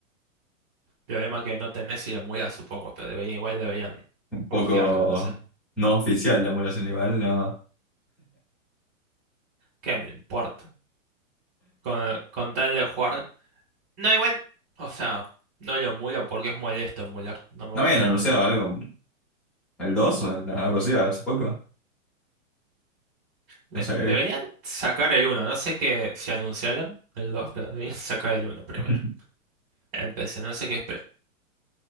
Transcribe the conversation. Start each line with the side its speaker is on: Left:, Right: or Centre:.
Right: Problema que no tenés si lo emulas, supongo, pero debería, igual deberían
Centre: Un poco
Right: portearlo, no sé.
Centre: no oficial la emulación igual, no.
Right: ¿Qué me importa? Con, con tal de jugar. No, igual, o sea, no lo emulo porque es molesto emular. No me
Centre: No
Right: gusta
Centre: habían anunciado
Right: emular.
Centre: algo, el 2 o el- algo así hace poco.
Right: De-
Centre: No sabía.
Right: deberían sacar el uno no sé qué, si anunciaron el 2 pero deberían sacar el uno primero.
Centre: <laughs>
Right: Empecé, no sé qué esperar.